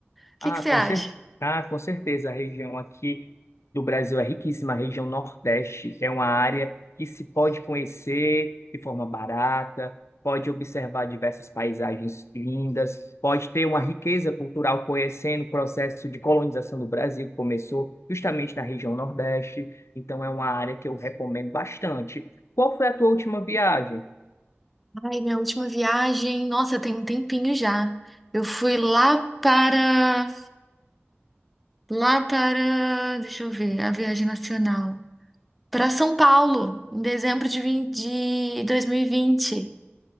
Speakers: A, in the centre; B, on the left.
A: O que
B: Ah,
A: que você
B: com
A: acha?
B: cer... ah, com certeza. A região aqui do Brasil é riquíssima. A região Nordeste é uma área que se pode conhecer de forma barata, pode observar diversas paisagens lindas, pode ter uma riqueza cultural conhecendo o processo de colonização do Brasil, que começou justamente na região Nordeste. Então, é uma área que eu recomendo bastante. Qual foi a tua última viagem?
A: Ai, minha última viagem, nossa, tem um tempinho já. Eu fui lá para, lá para, deixa eu ver, a viagem nacional. Para São Paulo, em dezembro de, 20, de 2020.